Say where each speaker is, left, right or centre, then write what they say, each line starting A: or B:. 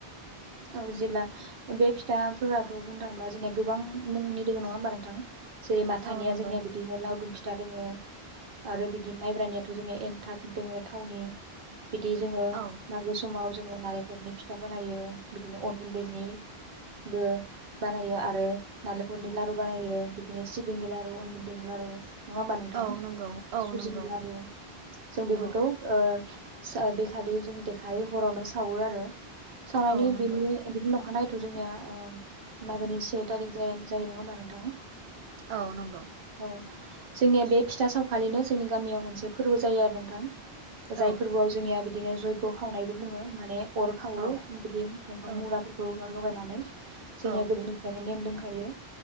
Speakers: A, on the right; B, on the right.
A: औ जेब्ला बे फिथ फिथाफोराथ' बुंनो थाङोब्ला जोंनिया गोबां मुंनि दोङो नङा होमबा नोंथां? जेरै माथानिया
B: औ नंगौ
A: जोंनिया बिदिनो लाव दुम फिथ फिथा दङो आरो बिदि माइब्रानियाथ' जोंनिया एन्थाब दङो थावनि बिदि जोङो
B: औ
A: मागो समाव जोङो नारें खलनि फिथा बानायो बिदिनो अन गुन्दैनिबो बानायो आरो नालेंखरनि लारु बानाययो दिनो सिबिंनि लारु अन गुन्दैनि लारू नङा होमबा नोंथां?
B: औ नंगौ औ
A: सुजिनि
B: नंगौ
A: लारु जों बेफोरखौ
B: औ
A: ओ सो बेखालि जों देखायो हरावनो सावो आरो सावनायनि
B: औ नंगौ
A: बिनि बिदि नखर अखा नायैयथ' जोंनिया मागोनि से थारिख जाया जायो नङा होमबा नोंथां?
B: औ नंगौ
A: औ जोंनिया बे फिथा सावखालिनो जोंनि गामियाव मोनसे फोरबो जायो आरो नोंथां
B: औ
A: जाय फोरबोआव जोंनिया दिनो जयग' खावनायबो बुङो माने अर खावो
B: औ
A: बिदि दंफां
B: औ
A: मुराफोरखौ लगायनानै नै जोंनिया
B: औ
A: गोदोनिफ्रायनो नेम दों थायो